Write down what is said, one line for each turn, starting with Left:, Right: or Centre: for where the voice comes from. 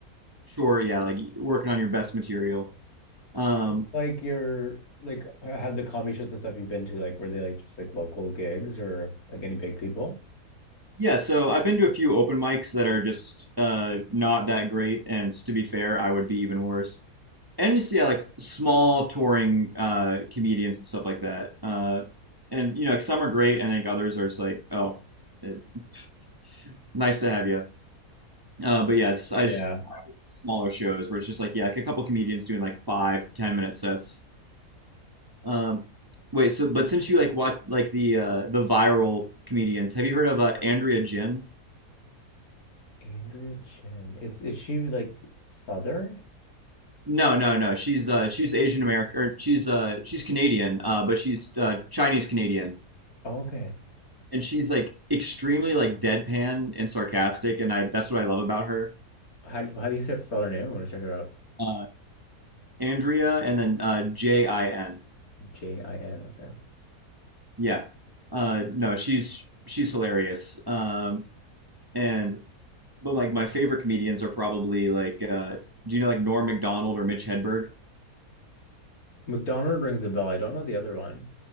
Right: short. Yeah, like working on your best material. Um,
Left: What's, like your like have the comedy shows and stuff you've been to like were they like just like local gigs or like any big people
Right: yeah, so I've been to a few open mics that are just uh, not that great, and to be fair, I would be even worse. and you see uh, like small touring uh, comedians and stuff like that. Uh, and you know, like, some are great, and I think others are just like, oh, it, <laughs> nice to have you. Uh, but yeah, it's, I
Left: Yeah.
Right: just smaller shows where it's just like yeah, like a couple comedians doing like five, ten minute sets. Um, wait, so but since you like watch like the uh, the viral comedians, have you heard of uh, Andrea Jin?
Left: Andrea Jen. Is is she like Southern?
Right: No, no, no. She's uh, she's Asian American, or she's uh, she's Canadian, uh, but she's uh, Chinese Canadian.
Left: Oh, okay.
Right: and she's like extremely like deadpan and sarcastic, and I that's what I love about her.
Left: How how do you say- spell her name? I want to check her out.
Right: Uh, Andrea, and then uh, J I N.
Left: J-I-N. Okay.
Right: Yeah, uh, no, she's she's hilarious. Um, and but like my favorite comedians are probably like uh, do you know like Norm Macdonald or Mitch Hedberg?
Left: McDonald rings a bell. I don't know the other one.